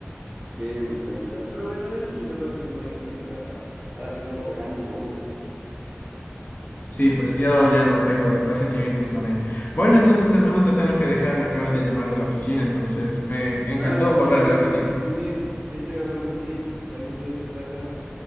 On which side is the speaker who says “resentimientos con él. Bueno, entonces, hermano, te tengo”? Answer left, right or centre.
Left